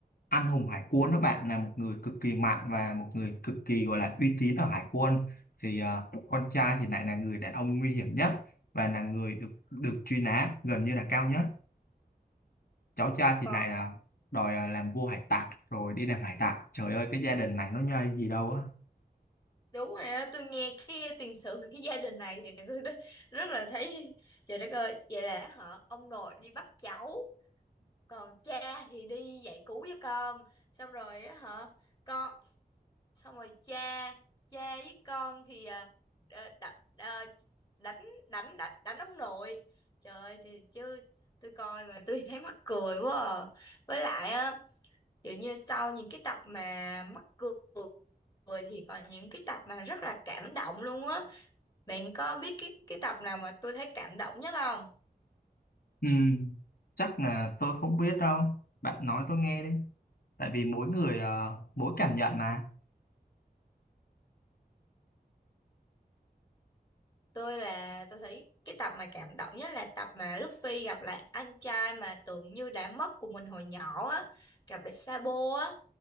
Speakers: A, on the left; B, on the left.
A: anh hùng hải quân đó bạn là một người cực kỳ mạnh và một người cực kỳ gọi là uy tín ở hải quân thì à, con trai thì lại là người đàn ông nguy hiểm nhất và là người được được truy nã gần như là cao nhất cháu trai thì
B: còn
A: lại à, đòi à, làm vua hải tặc rồi đi làm hải tặc trời ơi cái gia đình này nó nhây gì đâu á
B: đúng rồi á, tôi nghe cái tiền sử về cái gia đình này thì tôi rất, rất là thấy trời đất ơi vậy là họ ông nội đi bắt cháu còn cha thì đi dạy cứu với con xong rồi á hả con xong rồi cha cha với con thì à, đ- đ- đ- đánh đánh đánh đánh ông nội trời ơi, thì chứ tôi coi mà tôi thấy mắc cười quá à. với lại á dường như sau những cái tập mà mắc cười cười thì còn những cái tập mà rất là cảm động luôn á bạn có biết cái cái tập nào mà tôi thấy cảm động nhất không
A: ừ, chắc là tôi không biết đâu bạn nói tôi nghe đi tại vì mỗi người à, mỗi cảm nhận mà
B: tôi là tôi thấy cái tập mà cảm động nhất là tập mà Luffy gặp lại anh trai mà tưởng như đã mất của mình hồi nhỏ á gặp lại Sabo á